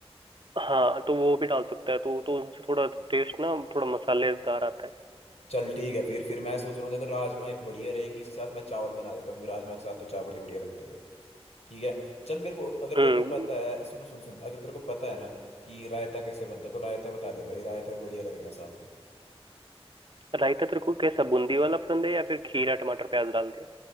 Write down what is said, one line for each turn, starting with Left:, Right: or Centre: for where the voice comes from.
Right: हाँ तो वो भी डाल सकता है तो तो उनसे थोड़ा टेस्ट ना थोड़ा मसालेदार आता है
Left: चल ठीक है फिर फिर मैं सोच रहा हूँ देखो राजमा एक बढ़िया रहेगी इसके साथ मैं चावल बना देता हूँ क्योंकि राजमा के साथ तो चावल ही बढ़िया लगते हैं ठीक है चल मेरे को अगर तेरे
Right: हम्म
Left: को पता है सुनो सुन सुन अगर तेरे को पता है ना कि रायता कैसे बनता है तो रायता बता दे भाई रायता भी बढ़िया लगेगा साथ में
Right: रायता तेरे को कैसा बूंदी वाला पसंद है या फिर खीरा टमाटर प्याज डाल के